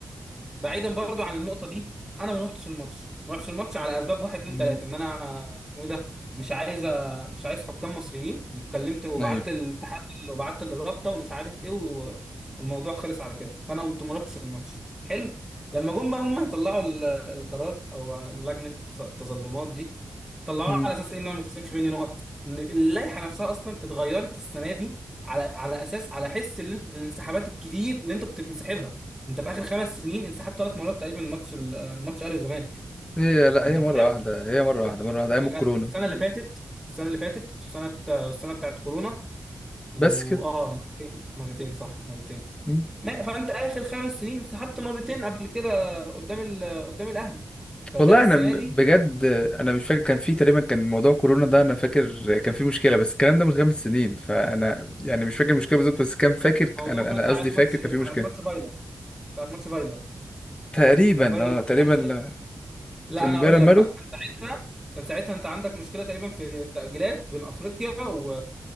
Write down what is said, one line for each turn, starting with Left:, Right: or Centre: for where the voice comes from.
Centre: بعيدا برضو عن النقطه دي انا ما روحتش الماتش ما روحتش الماتش على اسباب واحد اتنين
Left: مم.
Centre: تلاته ان انا اسمه ايه ده مش عايز مش عايز حكام مصريين وكلمت وبعت
Left: ايوه
Centre: الاتحاد وبعت للرابطه ومش عارف ايه و... والموضوع خلص على كده فانا قمت ما روحتش الماتش حلو لما جم بقى هم يطلعوا ال- القرار او لجنه التظلمات دي طلعوها
Left: مم.
Centre: على اساس ايه ان انا ما تخصمش مني نقط إن اللائحه نفسها اصلا اتغيرت السنه دي على على اساس على حس ال- الانسحابات الكتير اللي انت كنت بتنسحبها انت في اخر خمس سنين انسحبت ثلاث مرات تقريبا من ماتش ال- الماتش الاهلي والزمالك
Left: هي لا
Centre: انت
Left: هي مرة
Centre: فاهم
Left: واحدة هي مرة واحدة مرة واحدة أيام
Centre: يعني
Left: الكورونا
Centre: السنه اللي فاتت السنه اللي فاتت السنه السنه بتاعت كورونا واه
Left: بس كده
Centre: مرتين مرتين صح مرتين
Left: مم.
Centre: ما فانت اخر خمس سنين انسحبت مرتين قبل كده قدام ال... قدام الاهلي فجت
Left: والله
Centre: السنه
Left: أنا م-
Centre: دي
Left: بجد أنا مش فاكر كان في تقريبا كان موضوع كورونا ده أنا فاكر كان في مشكلة بس الكلام ده من خمس سنين فأنا يعني مش فاكر المشكلة بالظبط بس كان فاكر
Centre: موضوع
Left: أنا
Centre: كله
Left: أنا
Centre: ساعه
Left: قصدي فاكر
Centre: ماتش
Left: كان
Centre: ساعه
Left: في مشكلة
Centre: ماتش فايلر ساعه ماتش فايلر
Left: تقريبا
Centre: كان فايلر
Left: أه
Centre: اللي
Left: تقريبا
Centre: ماسك الأهلي لا
Left: كان
Centre: انا
Left: بالون
Centre: هقول لك
Left: مالو
Centre: بقى كان ساعتها كان ساعتها انت عندك مشكله تقريبا في التاجيلات بين افريقيا و...